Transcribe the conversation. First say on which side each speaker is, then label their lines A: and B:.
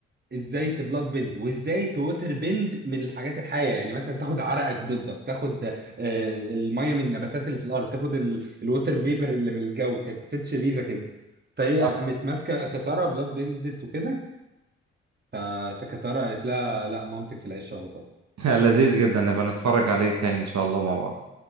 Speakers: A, on the right (about 30°); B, on the right (about 60°).
A: ازاي تبلاد بند وازاي توتر بند من الحاجات الحيه يعني مثلا تاخد عرقك ضدك تاخد آه، الميه من النباتات اللي في الارض تاخد ال- الوتر فيبر اللي من الجو كانت ست شريره كده فهي
B: آه.
A: قامت ماسكه كتاره بلاد بندت وكده ف- فكتاره قالت لها لا مامتك في العيش على طول
B: <laughs> لذيذ جدا نبقى نتفرج عليه تاني ان شاء الله مع بعض